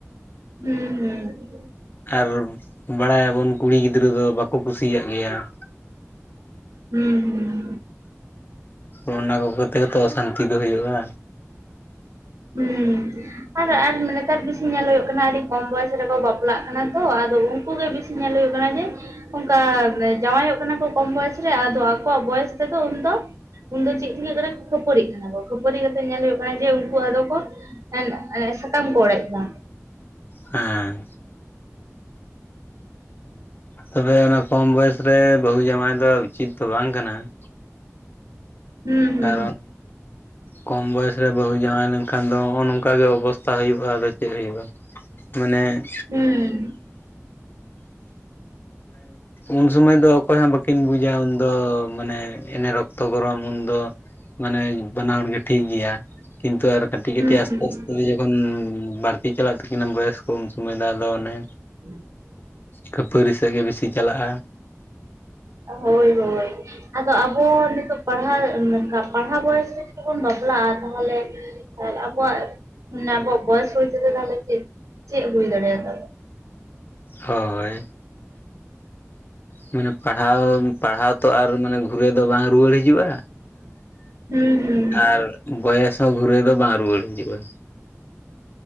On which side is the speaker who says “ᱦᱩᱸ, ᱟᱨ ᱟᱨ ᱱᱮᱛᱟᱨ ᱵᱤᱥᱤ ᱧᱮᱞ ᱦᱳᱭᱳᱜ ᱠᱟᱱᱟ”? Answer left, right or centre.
Right